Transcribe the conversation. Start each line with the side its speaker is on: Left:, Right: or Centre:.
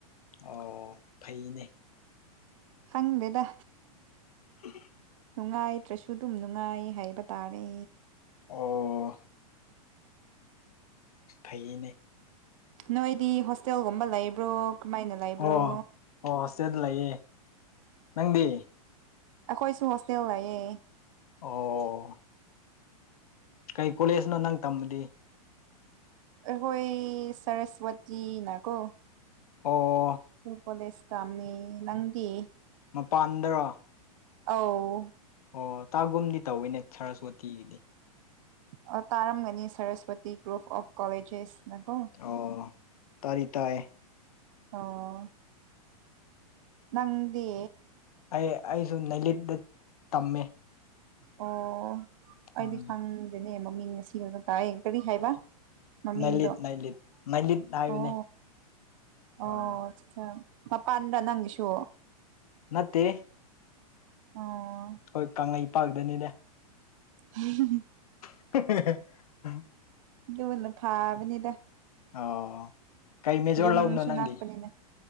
Left: ꯑꯣ ꯐꯩꯅꯦ
Right: ꯐꯪꯗꯦꯗ
Left: ꯎꯝ
Right: ꯅꯨꯡꯉꯥꯏꯇ꯭ꯔꯁꯨ ꯗꯨꯝ ꯅꯨꯡꯉꯥꯏ ꯍꯥꯏꯕ ꯇꯥꯔꯦ
Left: ꯑꯣ ꯐꯩꯌꯦꯅꯦ
Right: ꯅꯣꯏꯗꯤ ꯍꯣꯁꯇꯦꯜꯒꯨꯝꯕ ꯂꯩꯕ꯭ꯔꯣ ꯀꯃꯥꯏꯅ ꯂꯩꯕ꯭ꯔꯣ
Left: ꯑꯣ ꯑꯣ ꯍꯣꯁꯇꯦꯜ ꯂꯩꯌꯦ ꯅꯪꯗꯤ
Right: ꯑꯈꯣꯏꯁꯨ ꯍꯣꯁꯇꯦꯜ ꯂꯩꯌꯦ
Left: ꯑꯣ ꯑꯣ ꯀꯩ ꯀꯣꯂꯦꯖꯅꯣ ꯅꯪ ꯇꯝꯕꯗꯤ
Right: ꯑꯩꯈꯣꯏ ꯁꯔꯁ꯭ꯋꯇꯤꯅꯀꯣ
Left: ꯑꯣ
Right: <unintelligible> ꯀꯣꯂꯦꯖꯇꯝꯅꯤ ꯅꯪꯗꯤ
Left: ꯃꯄꯥꯟꯗꯔꯣ
Right: ꯑꯧ
Left: ꯑꯣ ꯇꯥꯒꯨꯝꯗꯤ ꯇꯧꯋꯤꯅꯦ ꯁꯥꯔꯁꯋꯥꯇꯤꯒꯤꯗꯤ
Right: ꯑꯣ ꯇꯥꯔꯝꯒꯅꯤ ꯁꯥꯔꯁꯋꯥꯇꯤ ꯒ꯭ꯔꯨꯐ ꯑꯣꯐ ꯀꯣꯂꯦꯖꯦꯁ ꯅ ꯀꯣ
Left: ꯑꯣ ꯇꯥꯔꯤ ꯇꯥꯏ
Right: ꯑꯣ ꯅꯪꯗꯤ
Left: ꯑꯩ ꯑꯩꯁꯨ ꯅꯩꯂꯤꯠꯗ ꯇꯝꯃꯦ
Right: ꯑꯣ ꯑꯩꯗꯤ
Left: ꯎꯝ
Right: ꯈꯪꯗꯦꯅꯦ ꯃꯃꯤꯡ ꯉꯁꯤꯈꯛꯇ ꯇꯥꯏꯌꯦ ꯀꯔꯤ ꯍꯥꯏꯕ ꯃꯃꯤꯡꯗꯣ
Left: ꯅꯩꯂꯤꯠ ꯅꯩꯂꯤꯠ ꯅꯩꯂꯤꯠ ꯍꯥꯏꯕꯅꯦ
Right: ꯑꯣ ꯑꯣꯆ
Left: ꯑꯣ
Right: ꯆꯥꯝ ꯃꯄꯥꯟꯗ ꯅꯪꯒꯤꯁꯨ
Left: ꯅꯠꯇꯦ
Right: ꯑꯣ
Left: ꯍꯣꯏ ꯀꯪꯂꯩꯩꯄꯥꯛꯗꯅꯤꯗ
Right: ꯍꯨꯝ ꯍꯨꯝ
Left: <unintelligible>
Right: ꯗꯨꯅ ꯐꯥꯕꯅꯤꯗ
Left: ꯑꯩ ꯀꯩ ꯃꯦꯖꯣꯔ
Right: ꯌꯨꯝꯁꯨ
Left: ꯂꯧꯕꯅꯣ ꯅꯪꯗꯤ
Right: ꯅꯛꯄꯅꯤꯅ